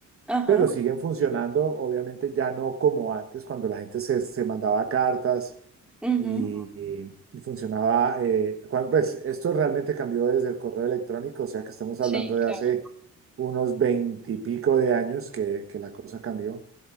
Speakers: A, in the centre; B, on the right (about 45°).
A: Ajá.
B: pero siguen funcionando. Obviamente ya no como antes, cuando la gente se, se mandaba cartas
A: ujú.
B: y, y- y funcionaba. eh, cuan- pues esto realmente cambió desde el correo electrónico, o sea que estamos
A: Sí,
B: hablando de
A: claro.
B: hace unos veintipico de años que, que la cosa cambió.